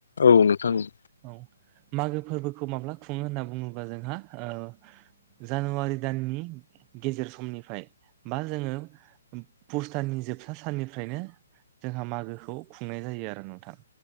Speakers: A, on the left; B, on the right.
A: औ नोंथां औ।
B: औ मागो फोरबोखौ माब्ला खुङो होनना बुङोब्ला जोंहा ओ जानुवारि दाननि गेजेर समनिफ्राय बा जोङो पुष दाननि जोबथा साननिफ्रायनो जोंहा मागोखौ खुंनाय जायो आरो नोंथां।